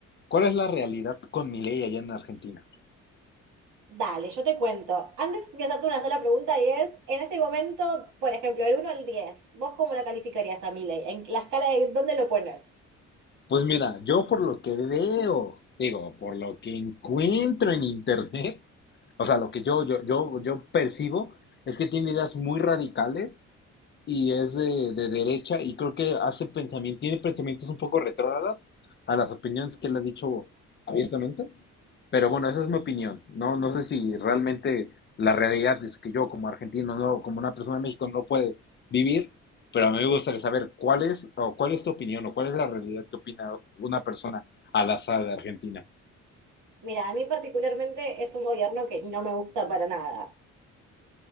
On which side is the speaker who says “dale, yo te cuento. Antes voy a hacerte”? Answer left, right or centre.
Right